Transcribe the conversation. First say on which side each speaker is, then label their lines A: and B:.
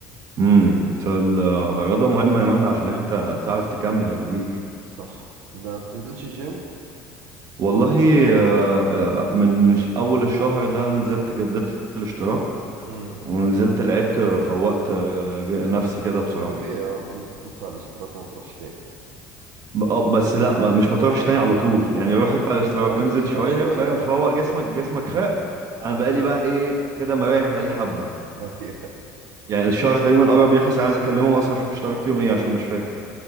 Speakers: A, on the right (about 50°); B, on the right (about 80°).
A: امم الرياضة مهمة يا مندي عشان انت تعرف تكمل يا كبير
B: صح ده ما بتنزلش الجيم؟
A: والله آه، آه، من ش- اول الشهر ده نزلت جددت الاشتراك
B: امم
A: ونزلت لعبت فوقت آه، ج- نفسي كده بصراحة
B: ده طبيعي اه بتنزل تدفع الاشتراك وما تروحش تاني
A: ب- اه بس لا ما- مش ما تروحش
B: <laughs>
A: تاني على طول يعني روح ادفع الاشتراك
B: لا لازم
A: وانزل
B: بتروح
A: شويه
B: شوية
A: فاهم
B: اه
A: فوق جسمك جسمك فاق انا بقالي بقى ايه كده مريح بقالي حبه
B: <laughs> ايوه
A: يعني الشهر تقريبا قرب يخلص يعني عايز اكلمهم اصلا اشوف اشتركت يوم ايه عشان مش فاكر